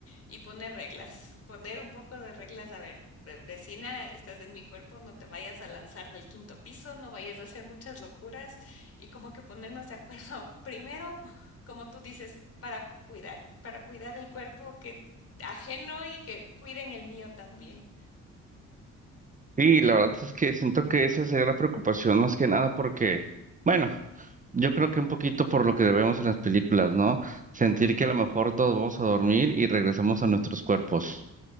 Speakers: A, on the left; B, on the right.
A: y poner reglas, poner un poco de reglas, a ver, ve- vecina, estás en mi cuerpo, no te vayas a lanzar del quinto piso, no vayas a hacer muchas locuras y como que ponernos de acuerdo, <laughs> primero, como tú dices, para cuidar, para cuidar el cuerpo que ajeno y que cuiden el mío también.
B: Sí, la verdad es que siento que esa sería la preocupación más que nada porque, bueno, yo creo que un poquito por lo que debemos en las películas, ¿no? Sentir que a lo mejor nos vamos a dormir y regresamos a nuestros cuerpos.